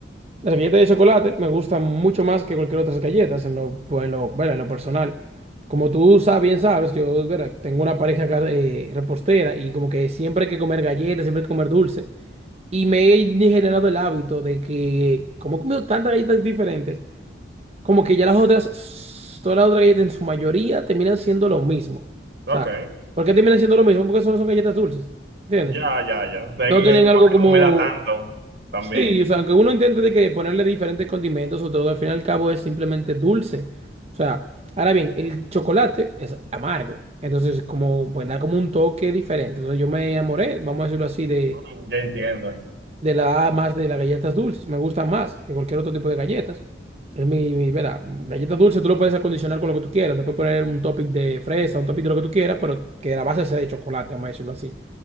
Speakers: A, on the right; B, on the right.
A: Las galletas de chocolate me gustan mucho más que cualquier otras galletas en lo, pues, en lo, bueno, en lo personal. Como tú sabes, bien sabes, yo verá, tengo una pareja acá, eh, repostera y como que siempre hay que comer galletas, siempre hay que comer dulce. Y me he generado el hábito de que como he comido tantas galletas diferentes, como que ya las otras, todas las otras galletas en su mayoría terminan siendo lo mismo.
B: Ok,
A: O sea, ¿por qué terminan siendo lo mismo? Porque solo son galletas dulces. ¿Entiendes?
B: ya, ya, ya. De ahí
A: No tienen
B: eh,
A: algo
B: no de
A: como...
B: comerla tanto también.
A: Sí, o sea, aunque uno intente de que ponerle diferentes condimentos o todo, al fin y al cabo es simplemente dulce. O sea, ahora bien, el chocolate es amargo. Entonces, como, pues da como un toque diferente. Entonces, yo me enamoré, vamos a decirlo así, de,
B: Mm, Ya entiendo.
A: de la más de las galletas dulces. Me gustan más que cualquier otro tipo de galletas. Es mi, mi, verá, galletas dulces tú lo puedes acondicionar con lo que tú quieras. Le puedes poner un topping de fresa, un topping de lo que tú quieras, pero que la base sea de chocolate, vamos a decirlo así.